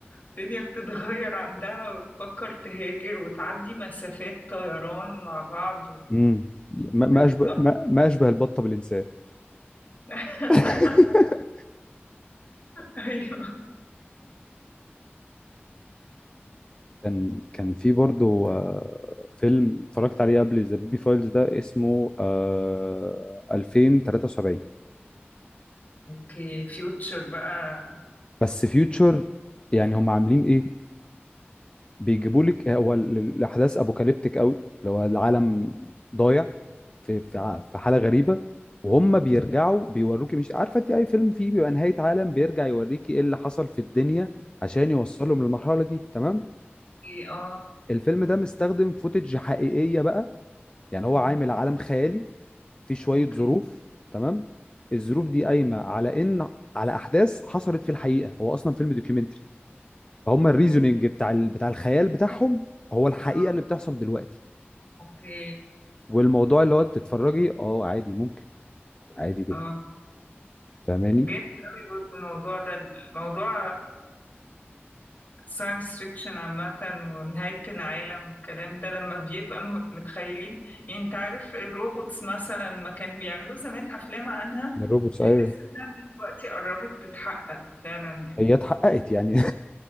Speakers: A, on the left (about 45°); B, on the left (about 25°).
A: الدنيا بتتغير عندها وتفكر تهاجر وتعدي مسافات طيران مع بعض
B: مم. ما ما
A: وتبقى
B: اشبه ما, ما اشبه البطه بالانسان
A: <laughs>
B: <laughs>
A: ايوه
B: كان كان في برضه آه، فيلم اتفرجت عليه قبل ذا بي فايلز ده اسمه آه، 2073
A: اوكي فيوتشر بقى
B: بس فيوتشر يعني هم عاملين ايه بيجيبوا لك هو ال- الاحداث ابوكاليبتيك قوي لو العالم ضايع في في
A: اه
B: ع- في حاله غريبه وهم بيرجعوا بيوروكي مش عارفه انت اي فيلم فيه بيبقى نهايه عالم بيرجع يوريكي ايه اللي حصل في الدنيا عشان يوصلهم للمرحله دي تمام
A: اوكي اه
B: الفيلم ده مستخدم فوتج حقيقيه بقى يعني هو
A: مم.
B: عامل عالم خيالي في شويه
A: اوكي
B: ظروف تمام الظروف دي قايمه على ان على احداث حصلت في الحقيقه هو اصلا فيلم دوكيومنتري فهم الريزونينج
A: اوكي
B: بتاع ال- بتاع الخيال بتاعهم هو الحقيقه
A: اه
B: اللي بتحصل دلوقتي
A: اوكي
B: والموضوع اللي هو تتفرجي اه عادي ممكن عادي جدا
A: اه
B: فاهماني
A: جامد قوي برضه الموضوع ده الموضوع الساينس فيكشن عامة ونهاية العالم والكلام ده لما بيبقى م- متخيلين يعني انت عارف الروبوتس مثلا ما كان بيعملوا زمان أفلام عنها
B: من الروبوتس
A: تحس
B: ايوه
A: انها دلوقتي قربت تتحقق فعلا يعني
B: هي اتحققت يعني <laughs>